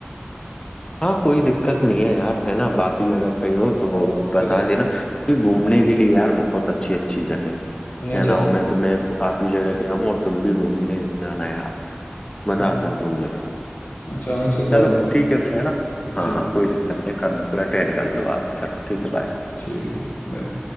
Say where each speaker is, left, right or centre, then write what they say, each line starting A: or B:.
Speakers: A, on the left; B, on the left.
A: हाँ कोई दिक्कत नहीं है यार है ना बाकी अगर कहीं हो तो वो
B: और इसके
A: बता
B: लिए
A: देना कि घूमने के लिए यार बहुत अच्छी अच्छी जगह है
B: नहीं अचानक
A: है ना और मैं तो मैं तो काफी जगह गया हूँ और तुम भी घूमने जाना यार मजा
B: हाँ,
A: आता है घूमने में
B: अचानक से कॉल
A: चलो
B: आ
A: ठीक है फिर है ना हाँ
B: ठीक
A: हाँ कोई दिक्कत नहीं है, कर लो फिर अटेंड कर लो आप चलो ठीक है bye।
B: ठीक है बाय